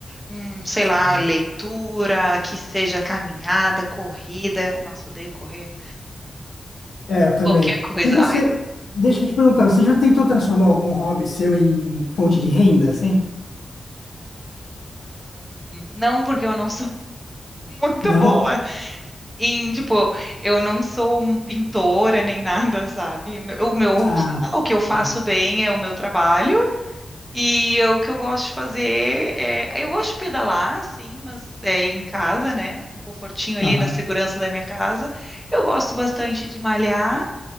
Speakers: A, in the centre; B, on the left (about 80°).
A: um, sei
B: Sim.
A: lá, leitura, que seja caminhada, corrida. Nossa, odeio correr.
B: É, eu também.
A: Qualquer coisa.
B: E você,
A: Ai,
B: deixa eu te perguntar, você já tentou transformar algum hobby seu em fonte de renda, assim?
A: não, porque eu não sou <laughs>
B: Não?
A: muito boa. E, tipo, eu não sou um pintora nem nada, sabe? O meu, o meu-
B: Ah,
A: sei lá, o que eu faço
B: entendi.
A: bem é o meu trabalho. E eu- o que eu gosto de fazer é. Eu gosto de pedalar, sim, mas é em casa, né? Um confortinho ali
B: Aham.
A: na segurança da minha casa. Eu gosto bastante de malhar.